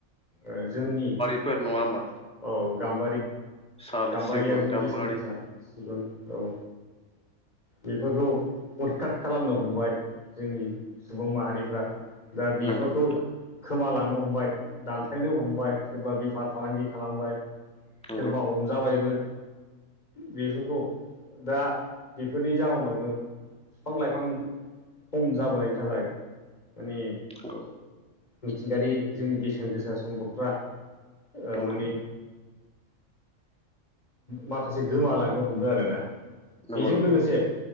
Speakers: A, on the left; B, in the centre.
A: ओ जोंनि
B: फोर नङा होमबा
A: औ गाम
B: साल
A: गाम्बारियाबो
B: सिगुन गाम्बारि
A: बेसेन गोसा सिगुन औ बेफोरखौ उदकाट खालामनो हमबाय जोंनि सुबुं माहारिफ्रा दा बेफोरखौ
B: नंगौ नोंथां
A: खोमालांनो हमबाय दानफायनो हमबाय सोरबा बेफार फालांगि खालामबाय
B: नंगौ
A: सोरबा हमजाबायबो बेफोरखौ दा बेफोरनि जााहोनावनो बिफां लाइफां खम जाबोनायनि थाखाय माने
B: <unintelligible>
A: मिथिंगायारि जोंनि बेसेन गोसा सम्पदफ्रा ओ
B: नंगौ
A: माने माखासे गोमालांनो हमदों आरोना
B: नंगौ
A: बेजों
B: नंगौ
A: लोगोसे
B: नंगौ